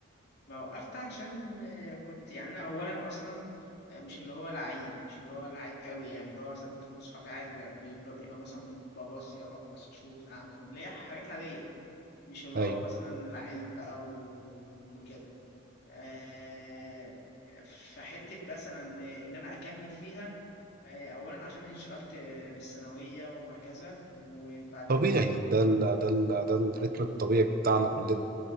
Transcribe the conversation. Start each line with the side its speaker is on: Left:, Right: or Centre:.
Left: ما وقفت عشان آه، كنت يعني انا اولا اصلا آه، مش اللي هو لعيب مش اللي هو لعيب قوي يعني اللي هو مثلا كنت مع صحابي عادي بقى اللي هو اللي هو مثلا بباصي ارقص اشوط اعمل اللي هي حاجات عاديه مش اللي
Right: ايوه
Left: هو مثلا لعيب بقى و- وكده آه، فحته مثلا ان انا اكمل فيها آه، اولا عشان انشغلت آه، بالثانويه وهكذا وبعدين
Right: طبيعي ده ال ده ال ده الريتم الطبيعي بتاعنا كلنا